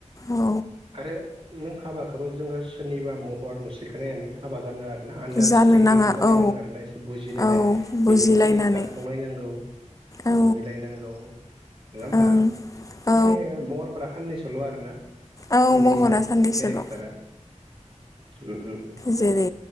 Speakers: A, on the left (about 25°); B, on the right (about 45°).
A: औ
B: आरो <unintelligible> हाबाखोबो जोङो सोरनिबा महर मुस्रिखो नायनानै हाबा जानो आरो ना आडारस्टिन्डिंद
A: जानो नाङा
B: जालायनांगो
A: औ
B: आरो ना एसे बुजिलायनाय
A: औ बुजिलायनानै
B: बिनि केरेक्टारखौ नायनांगौ
A: औ
B: मिलायनांगौ नङा होमबा
A: ओं औ
B: माने महरफ्रा खाननैसोल' आरोना
A: औ
B: माने
A: महरा साननैसोल'
B: केरेक्टारा उम उम उम
A: जेरै